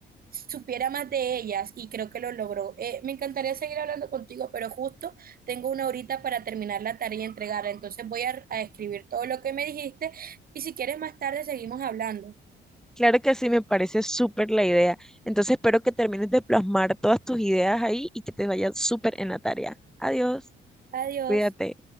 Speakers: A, on the right (about 50°); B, in the centre.
A: supiera más de ellas y creo que lo logró. Eh, me encantaría seguir hablando contigo, pero justo tengo una horita para terminar la tarea y entregarla, entonces voy a a escribir todo lo que me dijiste y si quieres más tarde seguimos hablando.
B: Claro que sí, me parece súper la idea. Entonces, espero que termines de plasmar todas tus ideas ahí y que te vaya súper en la tarea. Adiós,
A: Adiós.
B: cuídate.